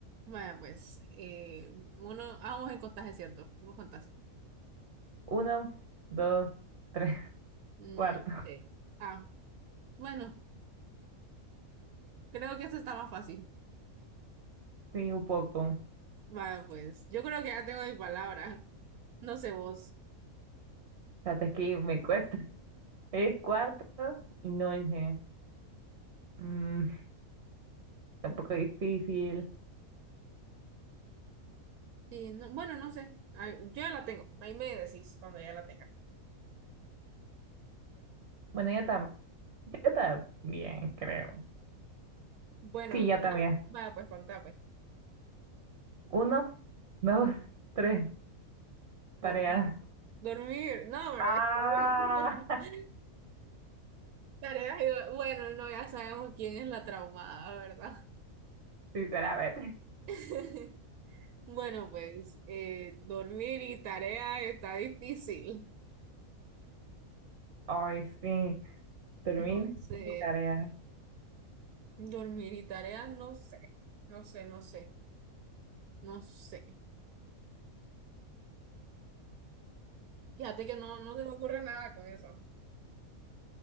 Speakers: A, on the right; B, on the right.
A: Vaya, pues, eh, uno, ah, vos en contás, es cierto, vos contás.
B: Uno, dos, tres, <laughs>
A: No
B: cuarto.
A: sé. Ah, bueno, creo que esto está más fácil.
B: Sí, un poco.
A: Va, pues yo creo que ya tengo mi palabra. No sé vos.
B: Fíjate es que me cuesta. <laughs> Es cuarto y noche. Mm, tampoco difícil.
A: Sí, no- bueno, no sé. Ay, yo ya la tengo. Ahí me decís cuando ya la tenga.
B: Bueno, yo, tam yo también, creo.
A: Bueno,
B: Sí, yo también.
A: va, pues contá, pues.
B: Uno, dos, <laughs> tres, tarea.
A: Dormir. Dormir. No, hombre.
B: Ah,
A: <laughs> Tareas y- Bueno, no, ya sabemos quién es la traumada, ¿verdad?
B: <laughs> sinceramente.
A: <laughs> Bueno, pues eh, dormir y tarea está difícil.
B: Ay, sí, termina
A: No sé.
B: mi tarea.
A: Dormir y tarea, no sé. No sé, no sé. No sé. Fíjate que no, no se me ocurre nada con eso.